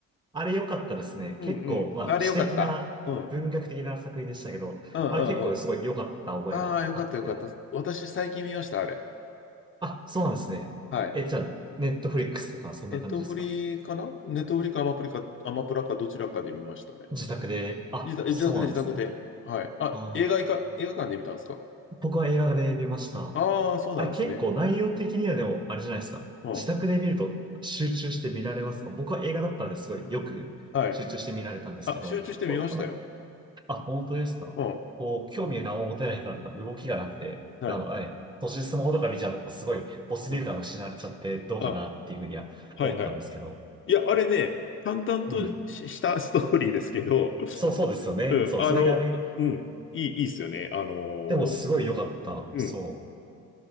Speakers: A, on the right; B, on the left.
A: あれ良かったですね。
B: うんうん。
A: 結構、まあ、
B: あれよかった。
A: 詩的な、
B: うん。
A: 文学的な作品でしたけど、
B: うんうんうん。
A: あれ結構すごい良かった覚えがあって。
B: ああ、よかったよかった。私最近見ました、あれ。
A: あ、そうなんですね。
B: はい。
A: え、じゃあ、ネットフリックスとか、そんな感じですか
B: ネットフリかなネットフリかアマプリか、アマプラかどちらかで見ましたね。
A: 自宅で、あ、
B: 自宅、
A: そうなんですね。
B: 自宅で、自宅で。はい。あ、
A: あー
B: 映画いか、映画館で見たんですか
A: 僕は映画で見ました。
B: ああー、そうなんですね。
A: あれ結構内容的にはでも、あれじゃないですか。
B: うん。
A: 自宅で見ると集中して見られますか僕は映画だったんですごいよく集中して見られたんですけど、
B: はい。あ、集中して見ましたよ。
A: こうまあ、本当ですかこう、
B: うん。
A: 興味が何も持てない人だったら動きがなくて、
B: はい。
A: あの、ええ途中でスマホとか見ちゃうと、こうすごい没入感を失われちゃってどうかなっていうふうには思ったんですけど。
B: うんあ、はいはい。いや、あれね、淡々とし、
A: うん。
B: したストーリーですけど、
A: そうそうですよね。
B: うん、
A: そう、
B: あの、
A: それがね、
B: なうん、いい、いいっすよね。あのー
A: でもすごい良かった。
B: うん、
A: そう。